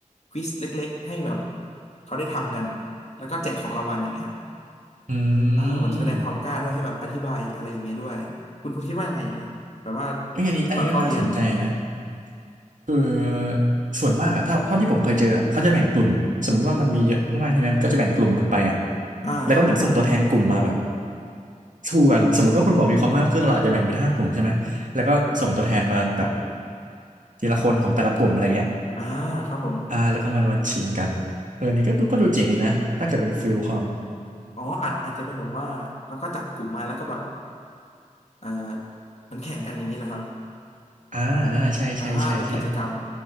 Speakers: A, on the left (about 55°); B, on the right (about 70°).
A: ควิซเล็กๆให้แบบเขาได้ทำกันแล้วก็แจกของรางวัลอย่างเงี้ย
B: อืม
A: อ่าเหมือนแสดงความกล้าด้วยให้แบบอธิบายอะไรอย่างเงี้ยด้วยคุณคุณคิดว่ายังไงอย่างเงี้ยแบบว่า
B: เอ้ยอันนี้อันนี้ก็น่าสนใจนะ
A: ก่อนเข้าเรียน
B: คือส่วนมากอะเท่าเท่าที่ผมเคยเจออะเขาจะแบ่งกลุ่มสมมติว่ามันมีเยอะมากใช่ไหมก็จะแบ่งกลุ่มกันไปอะ
A: อ่าครับผม
B: แล้วก็เหมือนส่งตัวแทนกลุ่มมาแบบสู้กันสมมติว่าคุณบอกมีความห้าเครื่องเราอาจจะแบ่งเป็นห้ากลุ่มใช่ไหมแล้วก็ส่งตัวแทนมาแบบทีละคนของแต่ละกลุ่มอะไรเงี้ย
A: อ่าครับผม
B: อ่าแล้วก็มันมาชิงกันเออนี่ก็ดูก็ดูเจ๋งดีนะถ้าเกิดเป็นฟิลคอม
A: อ๋ออาจอาจจะเป็นแบบว่าเราก็จับกลุ่มมาแล้วก็แบบเออเหมือนแข่งกันอย่างนี้แหละครับ
B: อ่าอ่าใช่ใช่ใช่ใช่
A: อ่าเป็นกิจกรรม